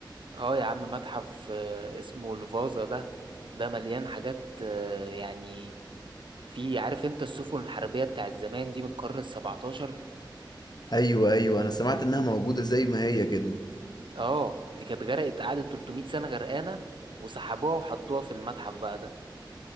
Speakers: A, on the right; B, on the left.
A: اه يا عم متحف آه، اسمه الفازا ده ده مليان حاجات آه، يعني في عارف انت السفن الحربية بتاعت زمان دي من القرن السبعتاشر
B: ايوه ايوه انا سمعت انها موجودة زي ما هي كده
A: اه دي كانت غرقت قعدت 300 سنة غرقانة وسحبوها وحطوها في المتحف بقى ده